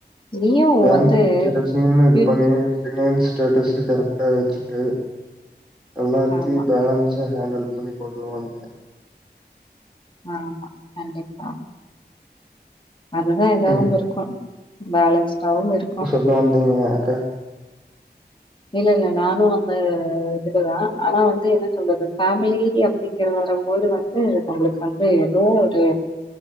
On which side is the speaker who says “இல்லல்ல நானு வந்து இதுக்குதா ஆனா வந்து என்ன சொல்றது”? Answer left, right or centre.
Left